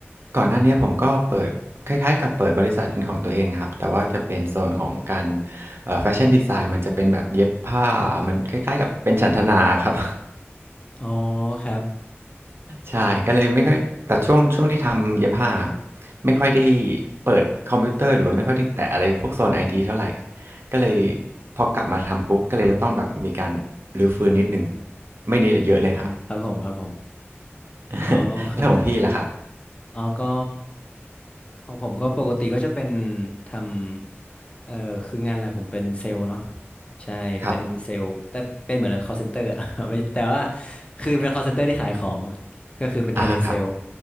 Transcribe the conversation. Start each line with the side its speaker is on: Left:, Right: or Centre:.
Right: ก่อนหน้าเนี้ยผมก็เปิดคล้ายๆกับเปิดบริษัทเป็นของตัวเองอะครับแต่ว่าจะเป็นโซนของการเอ่อแฟชั่นดีไซน์มันจะเป็นแบบเย็บผ้ามันคล้ายๆกับเป็นฉันทนาครับ <laughs>
Left: อ๋อครับ
Right: ใช่ก็เลยไม่ค่อยแต่ช่วงช่วงที่ทำเย็บผ้าไม่ค่อยได้เปิดคอมพิวเตอร์หรือว่าไม่ค่อยได้แตะอะไรพวกโซนไอทีเท่าไรก็เลยพอกลับมาทำปุ๊บก็เลยจะต้องแบบมีการรื้อฟื้นนิดหนึ่งไม่นิดอะเยอะเลยครับ
Left: อืมครับผมครับผมอ๋อโอเค
Right: <laughs> แล้วของพี่ล่ะครับ
Left: อ๋อก็ของผมก็ปกติก็จะเป็นทำเอ่อคืองานหลักผมเป็นเซลล์เนาะใช่เป็นเซลล์แต่เป็นเหมือน
Right: ครับ
Left: call center อะ <laughs> ไม่แต่ว่าคือเป็น call center ที่ขายของก็คือเป็นเทเลเซลล์
Right: อะฮะครับ